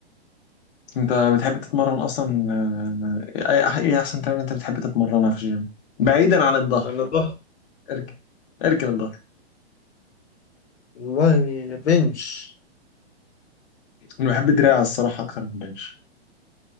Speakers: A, on the left; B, on the left.
A: انت بتحب تتمرن اصلا آه، آه، ايه احسن تمرين انت بتحب تتمرنها في الجيم بعيدا عن الظهر
B: انا ضحى
A: اركب اركب الظهر
B: والله بنش
A: انا بحب دراع الصراحه اكتر من البنش